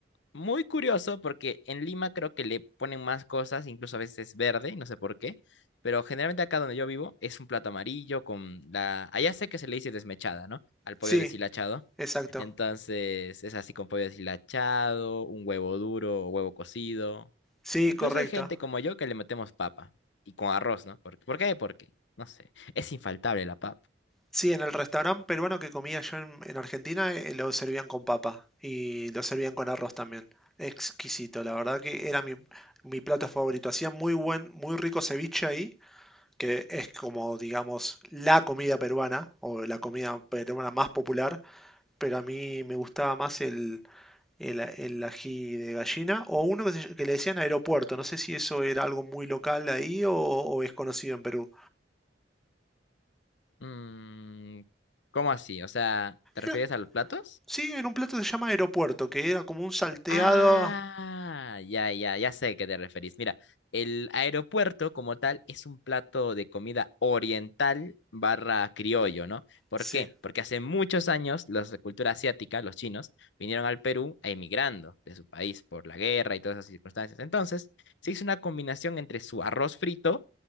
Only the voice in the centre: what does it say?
Sí,
exacto.
Sí,
correcto.
Sí, en el restaurante peruano que comía yo en, en Argentina eh, lo servían con papa y lo servían con arroz también. Exquisito, la verdad que era mi, mi plato favorito. Hacían muy buen, muy rico ceviche ahí, que es como, digamos, la comida peruana o la comida peruana más popular, pero a mí me gustaba más el, el ají de gallina, o uno que, se- que le decían aeropuerto, no sé si eso era algo muy local ahí o, o es conocido en Perú.
Era-
sí, en un plato que se llama aeropuerto, que era como un salteado.
Sí,